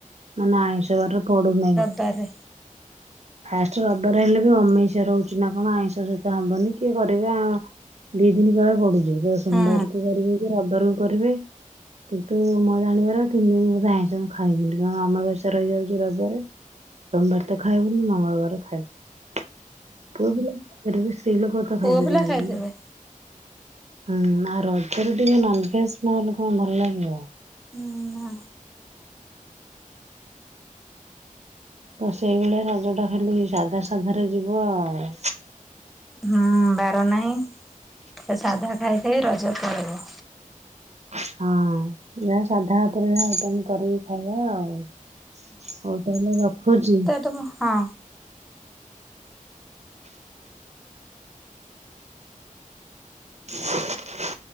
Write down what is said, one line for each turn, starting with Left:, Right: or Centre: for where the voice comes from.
Right: ମାନେ ଆଇଁଷ ବାର ପଡୁନାହିଁ।
Centre: ବାରେ।
Right: ଫାଷ୍ଟ ରବିବାର ହେଲେ ବି ଅମେଇଷ ରହୁଛି ନା କଣ ଆଇଁଷ ସହିତ ହବନି କିଏ କରିବେ। ଦି ଦିନ କଳେ ପଡୁଛିିବ ତ ସୋମବାରକୁ
Centre: ହଁ
Right: କରିବେ କି ରବିବାରକୁ କରିବେ। କିନ୍ତୁ ମୋ ଜାଣିବାର ତିନି ଦିନ ବୋଧେ ଆଇଁଶ ଖାଇବିନି କାରଣ ଅମାବାସ୍ୟା ରହିଯାଉଛି ରବିବାରେ। ସୋମବାର ତ ଖାଇବୁନି ମଙ୍ଗଳବାର ଖାଇବୁ। ପୁଅ ପିଲା ଖାଇପାରିବୁ ସ୍ତ୍ରୀ ଲୋକ ତ
Centre: ହଁ ପୁଅ
Right: ଖାଇପାରିବେନି।
Centre: ପିଲା ଖାଇଦେବେ।
Right: ହୁଁ ଆଉ ରଜରେ ଟିକେ ନନ୍ଭେଜ ନ ହେଲେ କଣ ଭଲ ଲାଗିବ।
Centre: ହୁଁ, ନା
Right: ତ ସେଇଭଳିଆ ରଜ ଟା ଖାଲି ସାଧା ସାଧା ରେ ଯିବ ଆଉ।
Centre: ହୁଁ, ବାର ନାହିଁ ସେ ସାଧା ଖାଇଖାଇ ରଜ ପଳେଇବ।
Right: ହଁ, ଯାହା ସାଧା ଓପରେ ଆଇଟମ କରିକି ଖାଇବା ଆଉ। ହଉ ତାହେଲେ ରଖୁଛି।
Centre: ତମୁଁ ହଁ।
Right: <unintelligible>